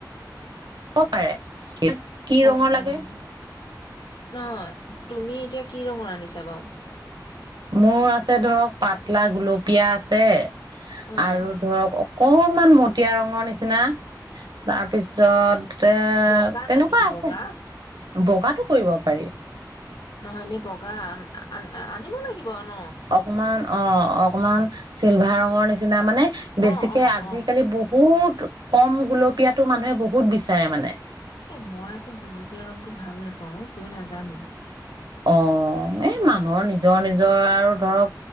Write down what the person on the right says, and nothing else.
কব পাৰে কি
ৰঙৰ লাগে
মোৰ আছে ধৰক পাতলা গুলপীয়া আছে
আৰু ধৰক অকণমান মতিয়া ৰঙৰ নিচিনা তাৰপিছত এ
তেনেকুৱা
আছে
বগাটো কৰিব পাৰি
অকমান অ অকমান চিলভাৰ ৰঙৰ নিচিনা মানে বেছিকে
আজিকালি
বহুত কম গোলপীয়াটো মানুহে বহুত বিচাৰে মানে
অ। অ এ
মানুহৰ
নিজৰ নিজৰ আৰু ধৰক